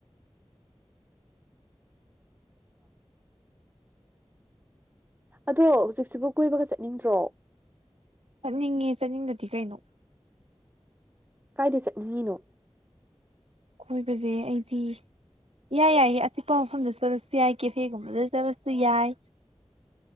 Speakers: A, on the right (about 15°); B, on the right (about 75°).
A: ꯎ ꯑꯗꯣ ꯍꯧꯖꯤꯛꯁꯤꯕꯨ ꯀꯣꯏꯕꯒ ꯆꯠꯅꯤꯡꯗ꯭ꯔꯣ
B: ꯆꯠꯅꯤꯡꯉꯦ ꯆꯠꯅꯤꯡꯕꯗꯤ ꯀꯩꯅꯣ
A: ꯀꯥꯏꯗ ꯆꯠꯅꯤꯡꯉꯤꯅꯣ
B: ꯀꯣꯏꯕꯁꯦ ꯑꯩꯗꯤ ꯌꯥꯏ ꯌꯥꯏꯌꯦ ꯑꯆꯤꯛꯄ ꯃꯐꯝꯗ ꯆꯠꯂꯁꯨ ꯌꯥꯏ ꯀꯦꯐꯦꯒꯨꯝꯕꯗ ꯆꯠꯂꯁꯨ ꯌꯥꯏ